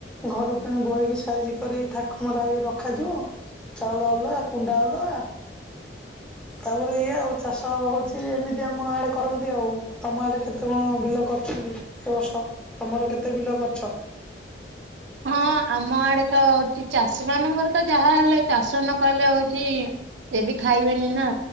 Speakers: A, in the centre; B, on the right.
A: ଘରୁ ପୁଣି ବୋହିକି ସାଇଜି କରି ଥାକ ମରା ହେଇକି ରଖାଯିବ। ଚାଉଳ ଅଲଆ କୁଣ୍ଡା ଅଲଗା। ତାପରେ ଇଏ ଆଉ ଚାଷ ହଉଛି ଏମିତି ଆମ ଆଡେ କରନ୍ତି ଆଉ ତମ ଆଡେ କେତେ କଣ ବିଲ କରିଛନ୍ତି। ଏ ବର୍ଷ ତମର କେତେ ବିଲ କରଛ?
B: ହଁ ଆମ ଆଡେ ତ ହଉଚି ଚାଷୀ ମାନଙ୍କର ତ ଯାହା ହେଲେ ଚାଷ ନ କହିଲେ ହଉଚି ସେ ବି ଖାଇବେନି ନା।